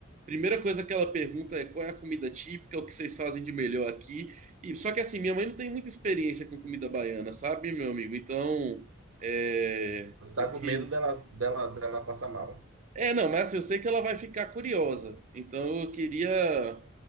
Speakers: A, on the right; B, on the right.
A: Primeira coisa que ela pergunta é qual é a comida típica, o que vocês fazem de melhor aqui. E, só que assim, minha mãe não tem muita experiência com comida baiana, sabe, meu amigo? Então, é,
B: Você está
A: eu
B: com
A: que
B: medo dela, dela, dela passar mal.
A: É, não, mas assim, eu sei que ela vai ficar curiosa. Então eu queria